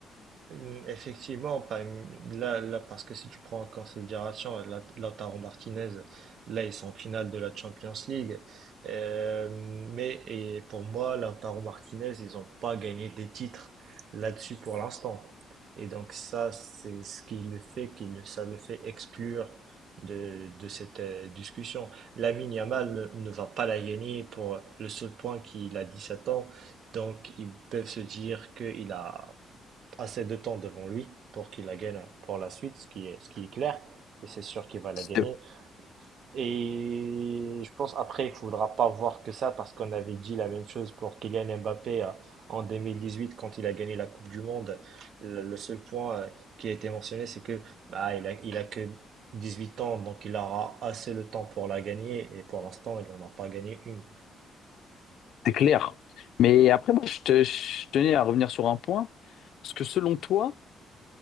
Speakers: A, on the right; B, on the left.
A: Hum, Effectivement, pas- là, là, parce que si tu prends en considération la- Lautaro Martinez, là, ils sont en finale de la Champions League. Euh, mais et pour moi, Lautaro Martinez, ils n'ont pas gagné des titres là-dessus pour l'instant. Et donc ça, c'est ce qui le fait, qui le- ça le fait exclure de, de cette euh, discussion. Lamine Yamal ne, ne va pas la gagner pour le seul point qu'il a 17 ans. Donc ils peuvent se dire qu'il a assez de temps devant lui pour qu'il la gagne pour la suite, ce qui est, ce qui est clair. Et c'est sûr qu'il va la
B: C'est
A: gagner. Et je pense après, il faudra pas voir que ça parce qu'on avait dit la même chose pour Kylian Mbappé euh, en 2018 quand il a gagné la Coupe du Monde. Le, le seul point euh, qui a été mentionné, c'est que bah, il a, il a que 18 ans, donc il aura assez le temps pour la gagner. Et pour l'instant, il n'en a pas gagné une.
B: c'est clair. Mais après, moi, je, te- je tenais à revenir sur un point. Parce que selon toi,